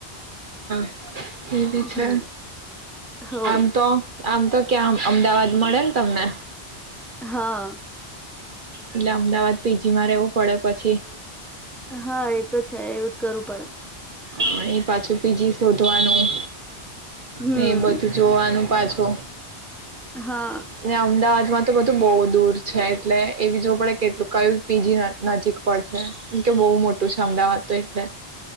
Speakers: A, on the right; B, in the centre.
A: <unintelligible> એ બી છે
B: હમ હો
A: આમ તો. આમ તો ક્યાં અમદાવાદ મળે ને તમને.
B: હા.
A: એટલે અમદાવાદ પીજી મામાં રહેેવું પડે પછી.
B: હા એ તો છે એવું જ કરવું પડે.
A: હા એ પાછું પીજી શોધવાનું.
B: હમ
A: ને એ બધું જોવાનું. પાછો
B: હા
A: એ અમદાવાદ માં તો બધું બહુ દૂર છે એટલે એ બી જોવું પડે કેટલું કયું બીજી નજીક પડશે કેમ કે બહુ મોટું છે અમદાવાદ તો એટલે